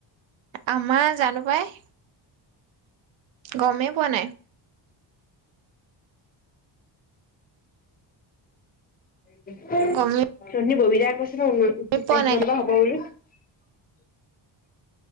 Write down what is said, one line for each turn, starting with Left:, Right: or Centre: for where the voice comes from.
Right: আমাৰ জানো পাই। গমেই পোৱা নাই,
Left: <inaudible> <inaudible>
Right: গমেই
Left: <unintelligible> <unintelligible> মানৰ পৰা
Right: পোৱা নাই।
Left: বা হ'ব বুলি <inaudible>